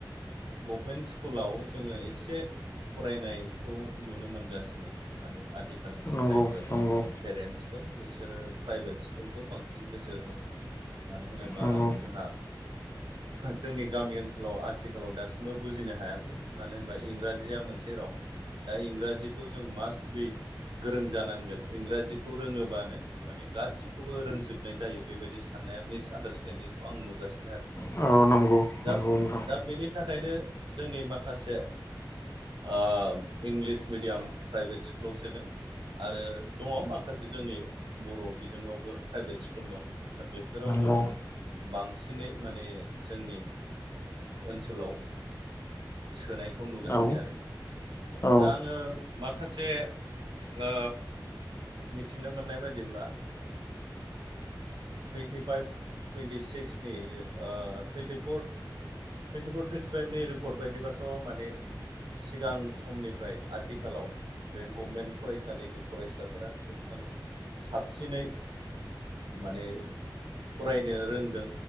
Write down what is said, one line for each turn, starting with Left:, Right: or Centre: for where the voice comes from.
Right: गभमेन्ट स्कुलाव जोङो एसे फरायनायखौ नुनो मोनगासिनो माने आथिखालनि
Left: नंगौ
Right: जायफोर
Left: नंगौ
Right: पेरेन्टसफोर बिसोरो प्राइभेट स्कुलखौ बांसिन गोसो होदों। मानो होनोबा
Left: नंगौ
Right: जोंहा जोंनि गामि ओनसोलाव आथिखालाव दासिमबो बुजिनो हायाखै मानो होनबा इंराजिया मोनसे राव। दा इंराजिखौ जों मास्ट बि गोरों जानांगोन इंराजिखौ रोङोबानो माने गासिखौबो रोंजोबनाय जायो बेबायदि साननाया मिस आडारस्टेन्डिंखौ आं नुगासिनो आरो।
Left: औ। नंगौ नंगौ
Right: दा
Left: नोंथां
Right: दा बेनि थाखायनो जोंनि माखासे ओ इंलिस मिडियाम प्राइभेट स्कुलाव सोदों। आरो दङ माखासे जोंनि बर' बिजोंआवबो प्राइभेट स्कुल दं। दा बेफोरावबो
Left: नंगौ
Right: बांसिनै माने जोंनि ओनसोलाव सोनायखौ नुगासिनो
Left: औ
Right: आरो।
Left: औ
Right: दा आङो माखासे ओ मिथिनो मोननाय बायदिब्ला <inaudible> टुइन्टिफाइभ टुइन्टि सिक्सनि दे ओ टुइन्टिफर टुइन्टिफर टुइन्टिफाइभ रिपर् बदिबाथ' माने सिगां समनिफ्राय आथिखालाव बे गभमेन्ट फरायसालिनि फरायसाफोरा खोब माने साबसिनै माने फरायनो रोंदों